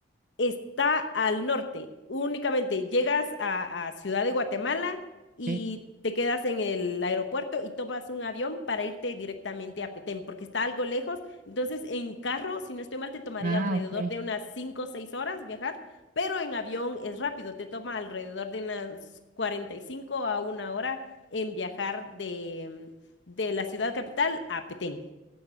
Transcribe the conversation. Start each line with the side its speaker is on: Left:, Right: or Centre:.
Left: Está al norte, únicamente llegas a, a Ciudad de Guatemala
Right: Sí.
Left: y te quedas en el aeropuerto y tomas un avión para irte directamente a Petén, porque está algo lejos. Entonces, en carro, si no estoy mal, te tomaría
Right: Ah,
Left: alrededor
Right: ok.
Left: de unas 5 o 6 horas viajar, pero en avión es rápido, te toma alrededor de unas cuarenta y cinco a una hora en viajar de, de la ciudad capital a Petén.